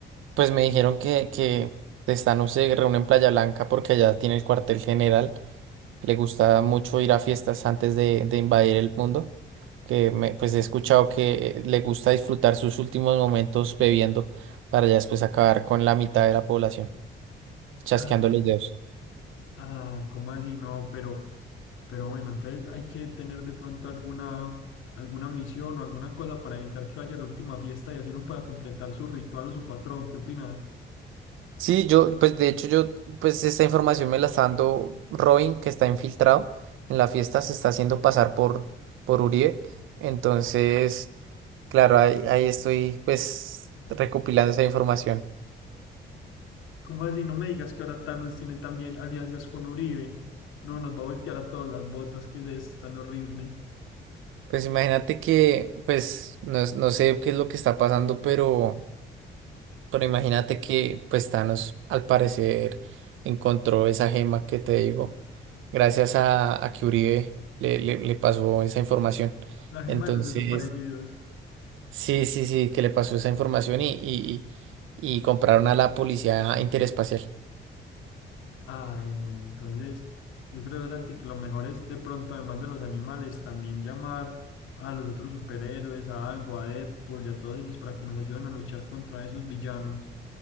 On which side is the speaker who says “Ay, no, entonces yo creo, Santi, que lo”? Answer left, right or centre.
Left